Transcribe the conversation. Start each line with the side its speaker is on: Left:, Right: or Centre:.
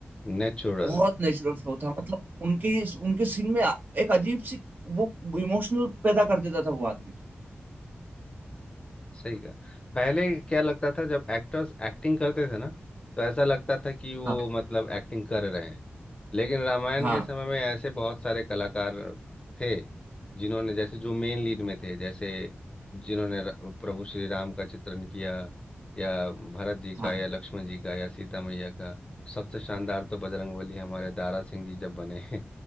Left: नेचुरल
Right: बहुत नेचुरल फ्लो था मतलब उनके उनके सीन में एक अजीब सी वो इमोशनल पैदा कर देता था वो आदमी
Left: सही का पहले क्या लगता था जब एक्टर्स एक्टिंग करते थे ना तो ऐसा लगता था कि वो
Right: हाँ
Left: मतलब एक्टिंग कर रहे हैं लेकिन रामायण
Right: हाँ
Left: के समय में ऐसे बहुत सारे कलाकार थे जिन्होंने जैसे जो मेन लीड में थे जैसे जिन्होंने र- प्रभु श्री राम का चित्रण किया या भरत जी का
Right: हाँ
Left: या लक्ष्मण जी का या सीता मैया का सबसे शानदार तो बजरंगबली हमारे दारा सिंह जी जब बने <laughs>